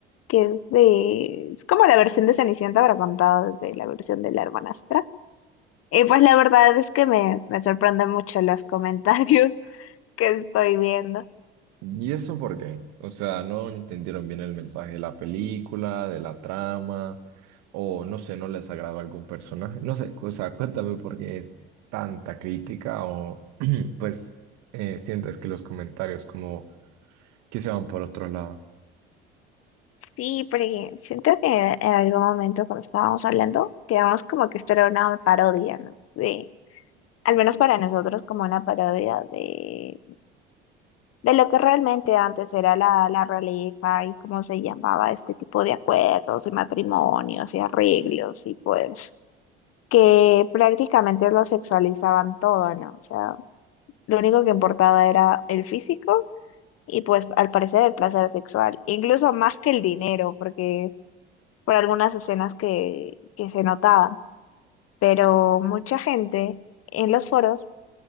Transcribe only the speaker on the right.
¿Y eso por qué? O sea, no entendieron bien el mensaje de la película, de la trama, o no sé, no les agradó algún personaje. No sé, o sea, cuéntame por qué es tanta crítica o <clears throat> pues eh, sientes que los comentarios como que se van por otro lado.